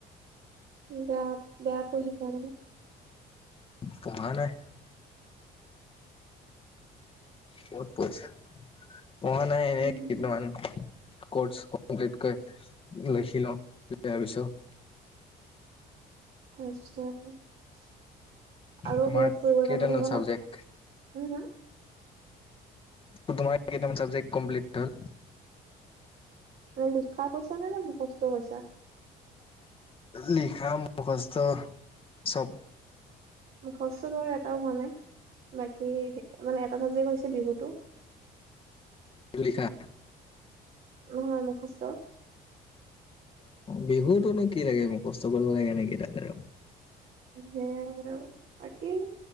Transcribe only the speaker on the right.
বেয়া বেয়া পঢ়িছা মানে।
উম
আচ্ছা। আৰু
কৰবাত ফুৰিব
যাম বুলি ভাবা
নাই উম, হুম,
মানে লিখা কৰিছা নে মুখস্থ কৰিছা?
মুখস্থ বাৰু এটাও হোৱা নাই বাকী মানে এটা চাব্জেকট হৈছে বিহুটো।
হয় মুখস্থ
সেয়াই আৰু বাকী